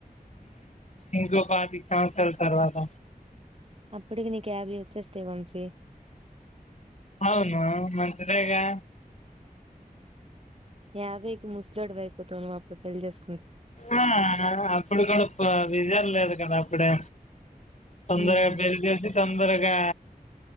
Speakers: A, on the left; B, on the right.
A: ఇంకొ పాతి సంవత్సరాల తర్వాత
B: అప్పటికి నీ క్యాబ వచ్చేస్తే వంశీ
A: అవును మంతంతరగా
B: యాభైకి ముసలాడు వయిపోతావును మా పళ్లి చేసు
A: ఆ అప్పుడు కూడా విజయం లేదు కదా ఎప్పుడే తొందరగా
B: మ్మ్
A: బలు చేేసి తొందరగా